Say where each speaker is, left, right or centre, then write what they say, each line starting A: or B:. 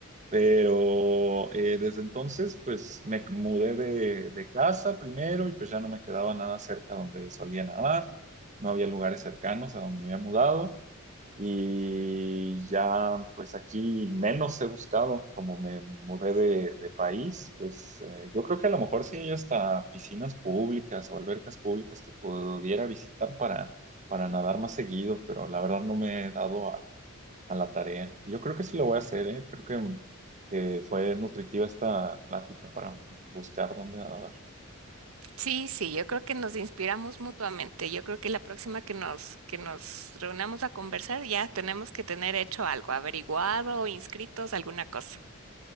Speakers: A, on the right (about 35°); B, on the right (about 75°).
A: pero eh, desde entonces pues me mudé de, de casa primero y pues ya no me quedaba nada cerca donde solía nadar. No había lugares cercanos a donde me había mudado. Y ya, pues aquí menos he buscado, como me mudé de, de país, pues eh, yo creo que a lo mejor sí hay hasta piscinas públicas o albercas públicas que pudiera visitar para, para nadar más seguido, pero la verdad no me he dado a la, a la tarea. Yo creo que sí lo voy a hacer, ¿eh? Creo que, que fue nutritiva esta plática para buscar dónde nadar.
B: Sí, sí, yo creo que nos inspiramos mutuamente. Yo creo que la próxima que nos que nos reunamos a conversar ya tenemos que tener hecho algo, averiguado, inscritos, alguna cosa.